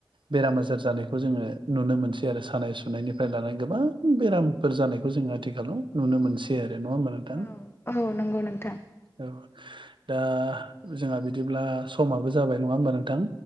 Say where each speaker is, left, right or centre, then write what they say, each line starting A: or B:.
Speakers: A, on the right (about 80°); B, on the left (about 30°).
A: बेराम आजार जानायखौ जोंङो नुनो मोनसै आरो सानाय सुनायनिफ्राय लानानै गोबां बेरामफोर जानायखौ जोंङो आथिखालाव नुनो मोनसै आरो नङा होमबा नोंथां
B: नंगौ औ नंगौ नोंथां
A: औ दा जोंहा बिदिब्ला समाबो जाबाय नङा होमबा नोंथां